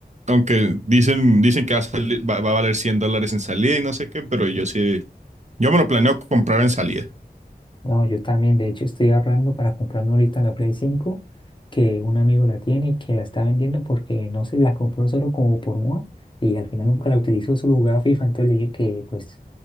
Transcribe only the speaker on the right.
aunque dicen, dicen que va a, salir- va va a valer 100 dólares en salida y no sé qué, pero yo sí, yo me lo planeo comprar en salida.